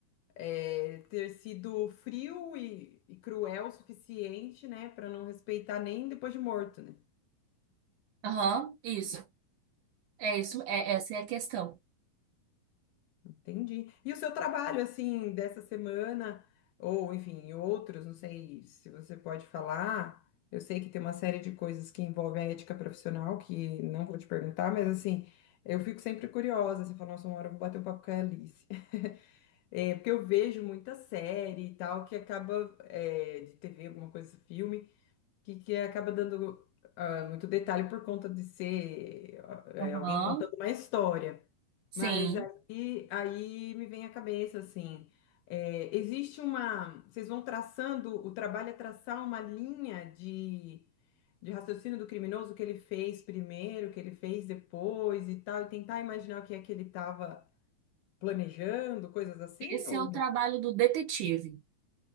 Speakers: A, on the left (about 75°); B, on the right (about 70°).
A: é, ter sido frio e, e cruel o suficiente, né? Para não respeitar nem depois de morto, né?
B: Aham, isso. É isso, é, essa é a questão.
A: Entendi. E o seu trabalho, assim, dessa semana, ou enfim, outros, não sei se você pode falar. Eu sei que tem uma série de coisas que envolvem a ética profissional, que não vou te perguntar, mas assim, eu fico sempre curiosa, assim, falando, nossa, uma hora eu vou bater um papo com a Alice. <laughs> É, porque eu vejo muita série e tal, que acaba, é, de TV, alguma coisa, filme, que, que acaba dando, ah, muito detalhe por conta de ser, ah, é,
B: Aham,
A: alguém contando uma história.
B: sim.
A: Mas aí, aí me vem à cabeça, assim, é, existe uma. Vocês vão traçando, o trabalho é traçar uma linha de, de raciocínio do criminoso, o que ele fez primeiro, o que ele fez depois e tal, e tentar imaginar o que é que ele estava planejando, coisas assim,
B: Esse
A: ou
B: é o
A: não?
B: trabalho do detetive.